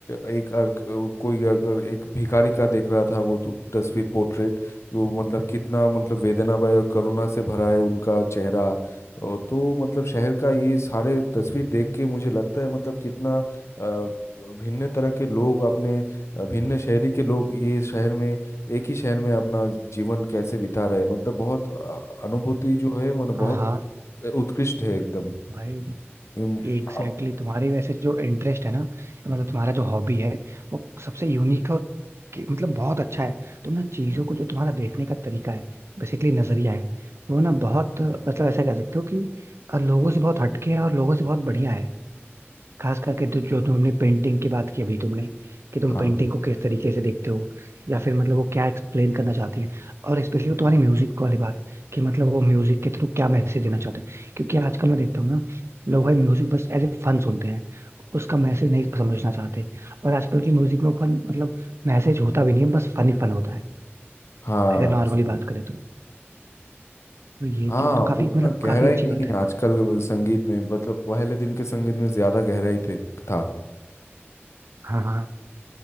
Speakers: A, on the left (about 85°); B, on the right (about 75°).
A: एक अर्क, कोई अगर एक भिखारी का देख रहा था वो तो तस्वीर पोर्ट्रेट तो मतलब कितना मतलब वेदनामय और करुणा से भरा है उनका चेहरा और तो मतलब शहर का ये सारे तस्वीर देख के मुझे लगता है मतलब कितना अ, भिन्न तरह के लोग अपने अ, भिन्न शैली के लोग ये शहर में एक ही शहर में अपना जीवन कैसे बिता रहे मतलब बहुत अ, अनुभूति जो है मतलब बहुत
B: हाँ हाँ
A: उ- उत्कृष्ट है एकदम
B: भाई
A: इम,
B: एग्जैक्टली
A: अब-
B: exactly, तुम्हारी वैसे जो इंटरेस्ट है ना मतलब तुम्हारा जो हॉबी है वो सबसे यूनिक है और कि- मतलब बहुत अच्छा है तुम ना चीजों को जो तुम्हारा देखने का तरीका है बेसिकली नजरिया है वो ना बहुत मतलब ऐसा कह सकते हो कि अ, लोगों से बहुत हटके है और लोगों से बहुत बढ़िया है खास करके तो जो तुमने पेंटिंग की बात की अभी तुमने कि तुम
A: हाँ
B: पेंटिंग को किस तरीके से देखते हो या फिर मतलब वो क्या एक्सप्लेन करना चाहती है और स्पेशली वो तुम्हारी म्यूजिक वाली बात कि मतलब वो म्यूजिक के थ्रू क्या मैसेज देना चाहते हैं क्योंकि आजकल मैं देखता हूँ ना लोग भाई म्यूजिक बस एज ए फन सुनते हैं उसका मैसेज नहीं समझना चाहते और आजकल की म्यूजिक में फन मतलब मैसेज होता भी नहीं है बस फन ही फन होता है
A: हाँ
B: अगर नॉर्मली
A: सही।
B: बात करें तो, तो ये
A: हाँ
B: चीज तो काफी
A: उतना
B: मतलब
A: गहराई
B: काफी अच्छी
A: नहीं
B: बात
A: है
B: है
A: आजकल वो संगीत में मतलब पहले दिन के संगीत में ज्यादा गहराई थे था
B: हाँ हाँ